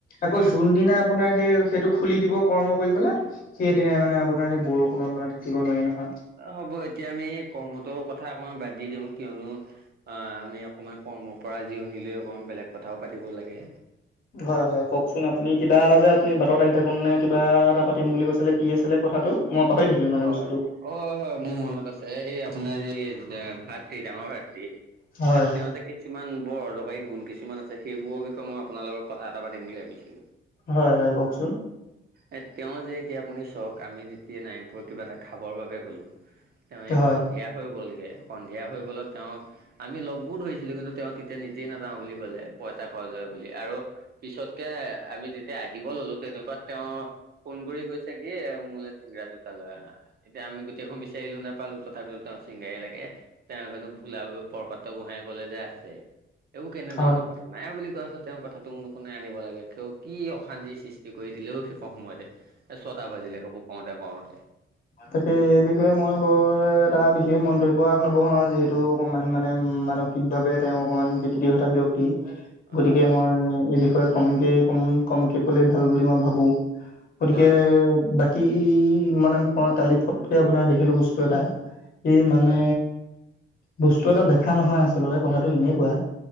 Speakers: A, on the left; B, on the right.
A: আকৌ
B: হয়
A: যোনদিনা আপোনাৰ সেই- সেইটো খুলি দিব কৰ্ম কৰি পেলে সেইদিনাই মানে আপোনাৰ সেই বৰষুণত মানে থাকিব নোৱাৰি নহয়।
B: হ'ব এতিয়া আমি কৰ্মতো কথা অকমান বাদ দি দিওঁ কিয়নো অ, আমি অকমান কৰ্মৰ পৰা জিৰণি লৈ অকণমান বেলেগ কথাও পাতিব লাগে।
A: হয়- হয় কওকচোন আপুনি কিবা এটা যে আপুনি বাটত আহি থাকোন নে কিবা এটা পাতিম বুলি কৈছিলে কি আছিলে কথাটো? মই পাহৰি থাকিলোঁ মানে
B: হয়।
A: বস্তুটো।
B: অ, হয় মোৰ মনত আছে সেই আপোনাৰ সে
A: হয়
B: <unintelligible> <unintelligible> কিছুমান বৰ অদকাৰী গুণ কিছুমান আছে সেইবোৰৰ বিষয়ে মই আপোনাৰ লগত কথা এটা পাতিম বুলি ভাবিছিলোঁ।
A: হয়- হয় কওকচোন?
B: এ তেওঁ যে এতিয়া আপুনি চক আমি যেতিয়া নাইম উপৰত কিবা এটা খাবৰ বাবে গ'লোঁ তেওঁ এই
A: হয়
B: সন্ধিয়া হৈ গ'লগে সন্ধিয়া হৈ গ'লত তেওঁ আমি লগো ধৰিছিলোঁ কিন্তু তেওঁ তেতিয়া নিজেই নাযাওঁ বুলি কলে পইচা খৰচ হয় বুলি আৰু পিছতকে আমি যেতিয়া আহিব ল'লো তেনেকুৱাত তেওঁ ফোন কৰি কৈছে কি মোলে চিংগৰা দুটা লৈ আহা। এতিয়া আমি গোটেইখন বিচাৰিলো নেপালো তথাপিও তেওঁ ছিংগৰাই লাগে। তে নাজানো হেনো ভোলা বৰপাত্ৰ গোহাঁইয়ে কলে যে আছে। এইও কেনেধৰণৰ
A: হয়
B: কথা নাই বুলি কোৱাপাছত তেওঁৰ কথাটো নুশুনে আনিব লাগে তেওঁ কি অশান্তিৰ সৃষ্টি ষ্ঠি কৰি দিলেও শেষৰ সময়তে এ ছটা বাজিলে সেইবোৰ কওঁতে -কওঁতে।
A: <inaudible> তাকেই এই বিষয়ে মই বৰ এটা বিশেষ মন্তব্য আগ নবঢ়াও যিহেতু অকমান মানে মানুহ সঠিকভাৱে তেওঁ অকমান বিকৃতি ঘটা ব্যক্তি
B: হয়
A: গতিকে
B: হয়
A: মই এই বিষয়ে কমকে কম কমকে কলেই ভাল বুলি মই ভাবো।
B: হয়
A: গতিকে
B: হয়
A: বাকী মানে ক কালি ফটকে আপোনাৰ দেখিলো বস্তু এটা। কি মানে
B: হয়
A: বস্তু এটা দেখা নহয় আচলতে কথাটো এনেকুৱা